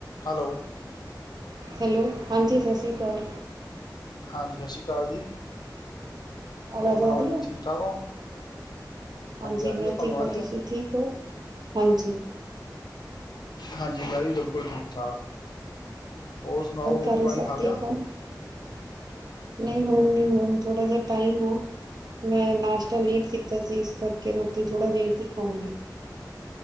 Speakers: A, on the left; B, on the right.
A: Hello
B: hello ਹਾਂਜੀ ਸਤਿ ਸ਼੍ਰੀ ਅਕਾਲ
A: ਹਾਂਜੀ ਸਤਿ ਸ਼੍ਰੀ ਅਕਾਲ ਜੀ
B: ਆਵਾਜ਼
A: ਹੋਰ ਸੁਣਾਓ
B: ਆ ਰਹੀ
A: ਜੀ
B: ਆ
A: ਠੀਕ ਠਾਕ ਹੋ
B: ਹਾਂਜੀ
A: ਆ ਰਹੀ
B: ਮੈਂ
A: ਹੈ ਤੁਹਾਨੂੰ
B: ਠੀਕ
A: ਆ
B: ਹੂ
A: ਰਹੀ
B: ਤੁਸੀਂ
A: ਹੈ
B: ਠੀਕ ਹੋ ਹਾਂਜੀ
A: ਹਾਂਜੀ ਮੈ ਵਿ ਬਿਲਕੁਲ ਠੀਕ ਠਾਕ ਹੋਰ ਸੁਣਾਓ ਰੋਟੀ
B: ਘਰੇ
A: ਪਾਣੀ
B: ਸਭ
A: ਖਾ ਲਿਆ
B: ਠੀਕ ਹੋ ਨਹੀਂ ਓਹ ਹੁਣ ਥੋੜਾ ਜਿਹਾ ਟਾਈਮ ਨਾ ਮੈਂ ਨਾਸ਼ਤਾ ਲੇਟ ਕੀਤਾ ਸੀ ਇਸ ਕਰਕੇ ਰੋਟੀ ਥੋੜ੍ਹਾ ਲੇਟ ਹੀ ਖਾਊਂਗੀ